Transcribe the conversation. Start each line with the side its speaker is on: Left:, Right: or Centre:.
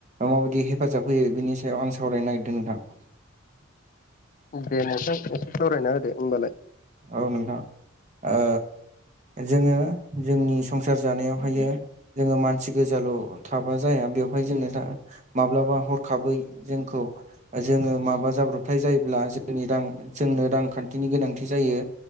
Right: माबायदि हेफाजाब होयो बेनि सायाव आं सावरायनो नागिरदों नोंथां
Left: दे नोंथां सावरायना होदो होमबालाय
Right: औ नोंथां ओ जोङो जोंनि संसार जानायावहायो जोङो मानसि गोजाल थाबा जाया बेवहाय जोंङो माब्लाबा हरखाबै जोंखौ जोङो माबा जाब्रबथाय जायोब्ला जों नि रां जोंनो रांखान्थिनि गोनांथि जायो